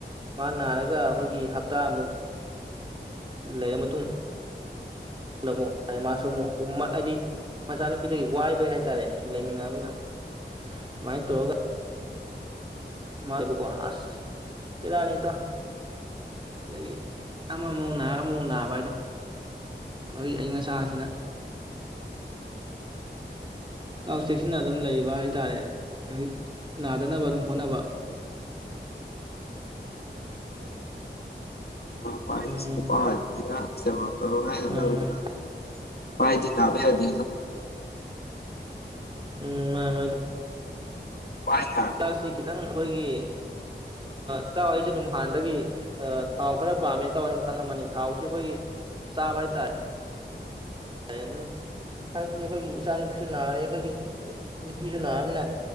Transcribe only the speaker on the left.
ꯄꯁꯨ
ꯄꯅꯤꯅ ꯁꯦꯕꯥ ꯇꯧꯔꯒ
ꯇꯗꯅ
ꯄꯥꯏꯗꯤ ꯅꯥꯕ ꯌꯥꯗꯦ ꯑꯗꯣ
ꯄꯥꯏ ꯅꯥꯔꯦ